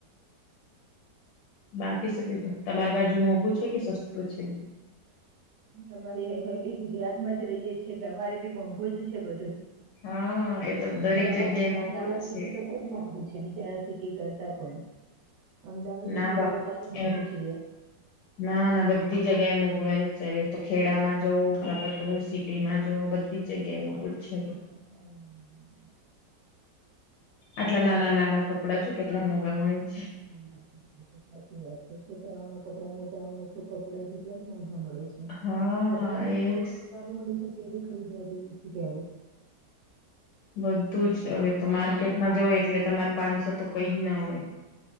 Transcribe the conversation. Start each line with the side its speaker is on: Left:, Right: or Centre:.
Left: બાકી છે બીધું તમારી બાજુ મોંઘું છે કે સસ્તું છે બીધું
Right: અમારે અમે બી ગુજરાત માં જ રહીએે છીએ એટલે અમારે બી મોંઘ જ છે બધું.
Left: હા એ તો દરેક
Right: અમદાવાદ
Left: જગ્યાએ
Right: અને
Left: મોઘું
Right: અમદાવાદ
Left: જ
Right: સિટી
Left: છે.
Right: તો બહુ જ મોંઘુ બીજા સિટી કરતા પણ અમદાવાદ સિટી
Left: ના બાપા
Right: તો વધારે મોંઘુ છે.
Left: ના ના બધી જગ્યા એ મોઘવારી તો ખેડામાં જવું કેડ તો સિટીમાં જવ બધી જ જગ્યા નું ક છે.
Right: હમ.
Left: આટલા નાના નાના કપડા છે કેટલા મોગા મળે છે
Right: મ સાચ વાત સાચી વાત છે છોકરાઓ ના કપડા મોટા છો કપડા જેટલા જ વધ એનાથી
Left: હા
Right: વધ
Left: એજ
Right: મળે હરિદવાર બ છે ત્યારે
Left: બધું જ હવે તો માર્કેટમાં જવ એટલે તમારે પાંચસો તો કઈ જ ના હોય.